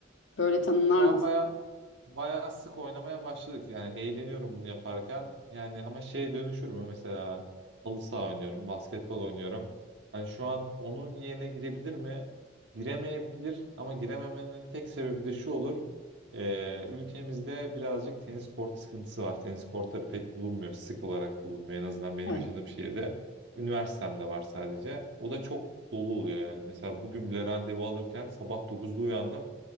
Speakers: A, on the left (about 80°); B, on the right (about 65°).
A: Böyle tanımlar
B: Şu an
A: mısın?
B: baya baya sık oynamaya başladık yani eğleniyorum bunu yaparken yani ama şeye dönüşür mü mesela halı saha oynuyorum basketbol oynuyorum hani şu an onun yerine girebilir mi giremeyebilir ama girememenin tek sebebi de şu olur Ee, ülkemizde birazcık tenis kort sıkıntısı var tenis kortları pek bulunmuyor sık olarak bulunmuyor en azından benim
A: Evet.
B: yaşadığım şehirde üniversitemde var sadece o da çok dolu oluyor yani mesela bugün bile randevu alırken sabah dokuzda uyandım